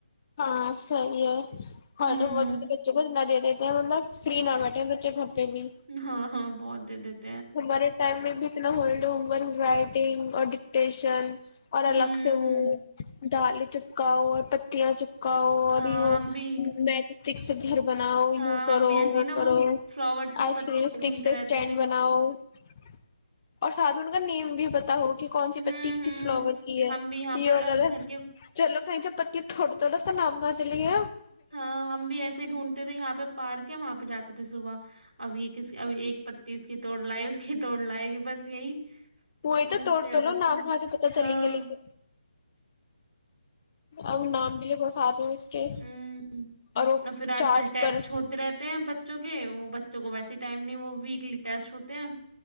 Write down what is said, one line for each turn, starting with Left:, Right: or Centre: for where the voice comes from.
Left: ہاں صحیح ہے ہرڈ
Right: ہوں
Left: تو بچوں کو نہ دے دیتے ہیں مطلب فری نہ بیٹھ بچے پہ بھی
Right: ہاں ہاں بہت دد
Left: ہمارے ٹائم میں بھی اتنا ہو تون رائٹنگ اور ڈکٹیشن اور
Right: ہوں
Left: الگ سے وہ
Right: ہوں
Left: دال چپکاؤ اور پتیاں چ اور
Right: ہاں ہم بھی
Left: میچ ٹ س گھر بناؤ
Right: ہاں
Left: یو کرو
Right: ہم بھی ایسے ہی
Left: وہ
Right: نا
Left: کرو
Right: فلاورس کی
Left: آئس
Right: پتیاں
Left: کریم اسٹک
Right: ڈھونڈتے
Left: سے
Right: رہتے
Left: اسٹینڈ
Right: تھے
Left: بنا اور ساتھ میں ان کا نیم بھی پتا ہوگا کہ کون سی پتی
Right: ہوں ہوں
Left: کس فلاور کی ہے
Right: ہم بھی یہاں
Left: یہ
Right: پر
Left: اور
Right: آ،
Left: زیادہ
Right: گھر کے
Left: چلو کہیں چ پتیی تھوڑا تھوڑا نام گا چلیے
Right: ہاں ہم بھی ایسے ہی ڈھونڈتے تھے یہاں پہ پارک ہے وہاں پہ جاتے تھے صبح اب یہ اب ایک پتی اس کی توڑ لائے اس کی توڑ لائے گی بس یہی
Left: وہئی تو
Right: ایسے
Left: توڑ تو
Right: رہتا
Left: لو نہ
Right: تھا
Left: بھی وہاں سے پتا
Right: ہاں
Left: چلیں گے لےیک اب نام بھی لیے بہس آتے ہ اس کے
Right: ہ
Left: وہ
Right: اور پھر آج
Left: چارٹس
Right: کل ٹیسٹ
Left: پر
Right: ہوتے رہتے ہیں بچوں کے بچوں کو ویسی ٹائم نہیں وہ ویکلی ٹیسٹ ہو تین